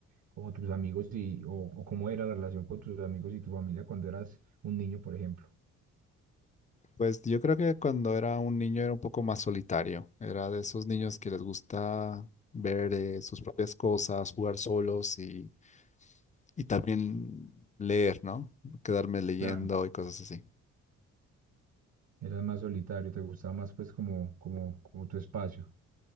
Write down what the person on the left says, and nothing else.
Pues yo creo que cuando era un niño era un poco más solitario. Era de esos niños que les gusta ver eh, sus propias cosas, jugar solos y, y también leer, ¿no? Quedarme leyendo
y cosas así.